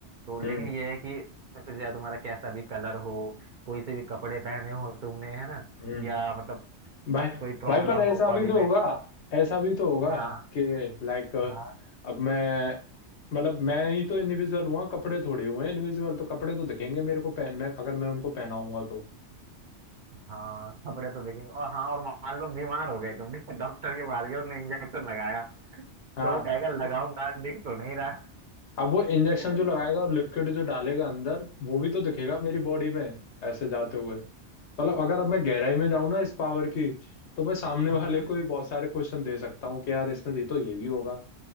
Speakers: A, on the right; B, on the left.
A: तो लेकिन
B: हम्म
A: ये है कि उसमें फिर चाहे तुम्हारा कैसा भी कलर हो कोई से भी कपड़े पहने हो तुमने है ना
B: हम्म
A: या मतलब
B: भाई
A: कोई प्रॉब्लम
B: भाई पर ऐसा
A: हो बॉडी
B: भी तो
A: में
B: होगा ऐसा भी तो होगा
A: हाँ
B: कि लाइक अब
A: हाँ
B: मैं मतलब मैं ही तो इनविजिबल हुआ कपड़े थोड़े हुए हैं इनविजिबल तो कपड़े तो दिखेंगे मेरे को पहन मैं अगर मैं उनको पहनाऊंगा तो
A: हाँ कपड़े तो देखेंगे और हाँ और मान लो बीमार हो गए तुम ठीक है? डॉक्टर के पास गए उसने इंजेक्शन लगाया
B: हाँ
A: तो वो कहेगा लगाऊंगा
B: तो
A: दिख तो नहीं रहा
B: अब वो इंजेक्शन
A: <laughs>
B: जो लगाएगा और लिक्विड जो डालेगा अंदर वो भी तो दिखेगा मेरी बॉडी में ऐसे जाते हुए मतलब अगर अब मैं गहराई में जाऊं ना इस पावर की तो मैं सामने वाले
A: हम्म,
B: को ही बहुत सारे क्वेश्चन दे सकता हूँ कि यार इसमें दी तो ये भी होगा